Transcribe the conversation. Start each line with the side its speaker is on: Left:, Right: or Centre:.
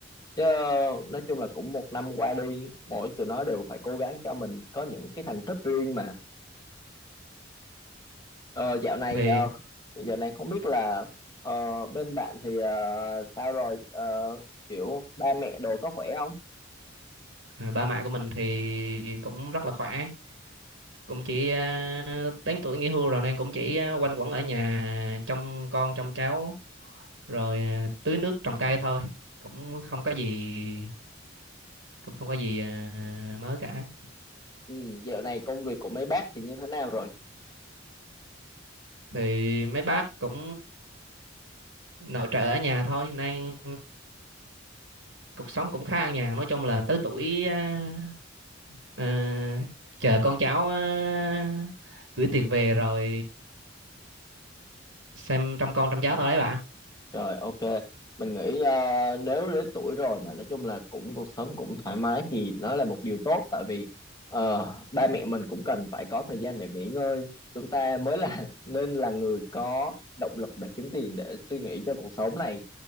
Left: Chứ nói chung là cũng một năm qua đi, mỗi tụi nó đều phải cố gắng cho mình có những cái thành tích riêng mà. Ờ, dạo này
Right: thì
Left: ờ, dạo này không biết là ờ, bên bạn thì ờ, sao rồi Ờ, kiểu ba mẹ đồ có khỏe không?
Right: ờ, ba mẹ của mình thì cũng rất là khỏe cũng chỉ uh, đến tuổi nghỉ hưu rồi nên cũng chỉ ờ, quanh quẩn ở nhà trông con trông cháu rồi ờ, tưới nước trồng cây thôi cũng không có gì cũng không có gì ờ, mới cả
Left: Ừ, dạo này công việc của mấy bác thì như thế nào rồi?
Right: thì mấy bác cũng nội trợ ở nhà thôi nên cuộc sống cũng khá an nhàn nói chung là tới tuổi à, à, chờ con cháu à, gửi tiền về rồi xem trông con trông cháu thôi đấy bạn
Left: Rồi ok, mình nghĩ ờ, nếu đến tuổi rồi mà nói chung là cũng cuộc sống cũng thoải mái thì nó là một điều tốt tại vì ờ, ba mẹ mình cũng cần phải có thời gian để nghỉ ngơi. Chúng ta mới là <laughs> nên là người có động lực để kiếm tiền để suy nghĩ cho cuộc sống này